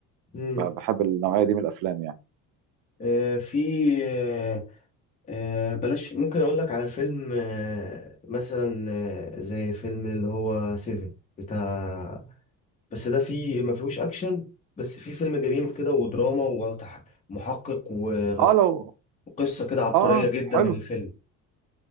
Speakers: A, on the left; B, on the right.
A: مم.
B: بحب النوعيه دي من الافلام يعني
A: آه، في آه، آه، بلاش ممكن أقول لك على فيلم آه، مثلا آه، زي فيلم اللي هو سيفن بتاع بس ده فيه ما فيهوش اكشن بس فيه فيلم جريمه كده ودراما ومحقق وقصه
B: اه لو
A: كده عبقريه
B: اه
A: جدا
B: حلو
A: من الفيلم